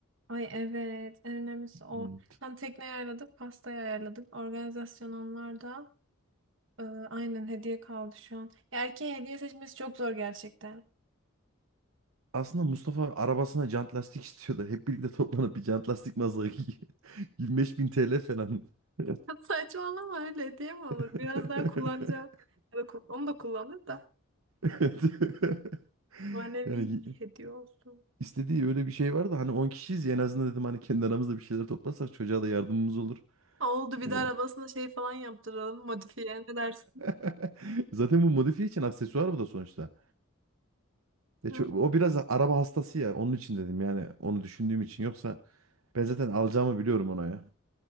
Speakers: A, on the right; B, on the right.
A: Ay evet en önemlisi o.
B: Hmm.
A: Tam tekneyi ayarladık pastayı ayarladık. Organizasyon onlarda. Ee, aynen hediye kaldı şu an. Ya erkeğe hediye seçmesi çok zor gerçekten.
B: Aslında Mustafa arabasına jant lastik istiyordu. Hep birlikte toplanıp bir jant lastik mazası <laughs> 25 bin TL falan. <laughs>
A: <laughs> Saçmalama öyle hediye mi olur?
B: <laughs>
A: Biraz daha kullanacağım. Ya da kul- onu da kullanır da.
B: Evet. <laughs>
A: Manevi
B: Yani
A: bir hediye olsun.
B: istediği öyle bir şey vardı. Hani 10 kişiyiz ya en azından dedim hani kendi aramızda bir şeyler toplasak çocuğa da yardımımız olur.
A: Oldu bir
B: Ee,
A: de arabasına şey falan yaptıralım. Modifiye ne dersin?
B: <laughs> Zaten bu modifiye için aksesuar bu da sonuçta. Ya
A: Hı.
B: ço- o biraz araba hastası ya. Onun için dedim yani onu düşündüğüm için. Yoksa ben zaten alacağımı biliyorum ona ya.